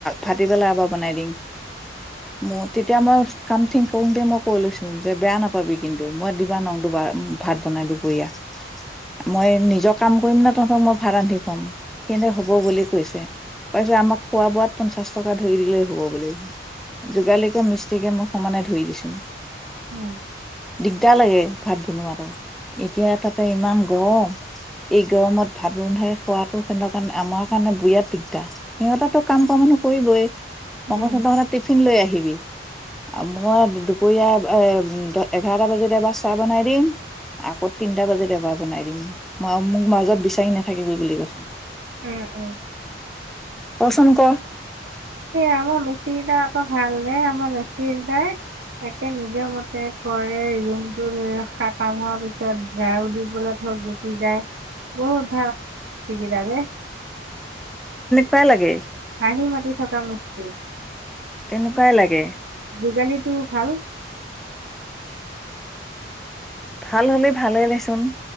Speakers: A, in the centre; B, on the right.
A: ফাটি পেলাই আবাৰ বনাই দিম। মতে। এতিয়া মই কামথিং কৰওঁতে মই কৈ লৈছোঁ যে বেয়া নাপাবি কিন্তু মই দিবা নওঁ দুবাৰ। ভাত বনাই দুপৰীয়া মই নিজৰ কাম কৰিম ন তহঁতক মই ভাত ৰান্ধি খুৱাম। সিহতে হ'ব বুলি কৈছে পাৰ পিছত আমাক খোৱা বোৱাত পঞ্চাশ টকা ধৰি দিলেই হব বুলি। যোগালীকে মিস্ত্ৰীিকে মই সমানে ধৰি দিছোঁ।
B: উম।
A: দিগদাৰ লাগে ভাত বনোৱাটো এতিয়া তাতে ইমান। গৰম এই গৰমত ভাত ৰন্ধাই খোৱাতটো সেতঁৰ কাৰণে আমাৰ কাৰণে বিৰাট দিগদাৰ। সিহঁতটো কাম কৰা মানুহ কৰিবই আকৌ
B: উম।
A: চিন্তা কৰিলোঁ টিফিন লৈ আহিবি। মই দুপৰীয়া এ এঘাৰটা বজাতে এবাৰ চাহ বনাই দিম। আকৌ তিনটা বজাত এবাৰ বনাই দিম। মই মোক মাজত বিচাৰি নাথাকিবি বুলি কৈছোঁ মই।
B: উম উম।
A: কচোন ক।
B: আমাৰ মিস্ত্ৰীগিটা আকৌ ভাল দে, আমাৰ নাচিব দা নিজৰ মতে কৰে। ৰুমটো লৈ ৰখা কাম হোৱাৰ পিছত ঝাড়ু দিবলে ধৰ গুচি যায়। বহুত ভাল সেই কেইটা।
A: চাহ লাগে।
B: হাঁহি মাতি থকা মিস্ত্ৰী।
A: তেনেকুৱাই লাগে।
B: যোগালীটো ভাল।
A: ভাল হ'লে ভালে দেচোন